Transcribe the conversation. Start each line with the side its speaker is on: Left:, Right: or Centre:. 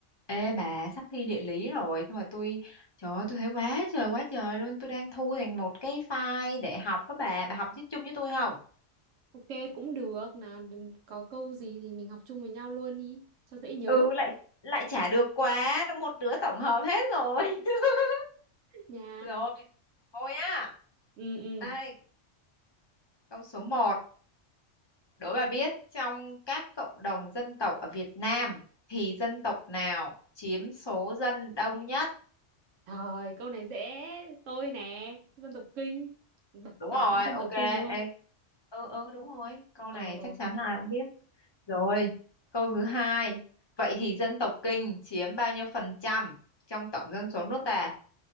Left: Ê bà sắp thi địa lý rồi Xong rồi tôi Trời ơi tôi thấy quá trời quá trời luôn Tôi đang thu thành một cái file để học với bà Bà học chứ chung với tôi không
Right: Ok cũng được nào có câu gì thì mình học chung với nhau luôn đi cho dễ nhớ
Left: ừ lại lại chả được quá một đứa tổng hợp hết rồi <laughs>
Right: nhàn
Left: Rồi Thôi nhá
Right: ừ ừ
Left: Đây câu số một, Đố bà biết trong các cộng đồng dân tộc ở Việt Nam Thì dân tộc nào chiếm số dân đông nhất
Right: rồi câu này dễ tôi nè dân tộc Kinh bà,
Left: Đúng
Right: bà
Left: rồi
Right: cũng dân
Left: ok
Right: tộc Kinh đúng không
Left: Ê, Ừ ừ đúng rồi Câu
Right: ờ
Left: này
Right: ờ
Left: chắc chắn là ai cũng biết Rồi, câu thứ hai. Vậy thì dân tộc Kinh chiếm bao nhiêu phần trăm trong tổng dân số nước ta?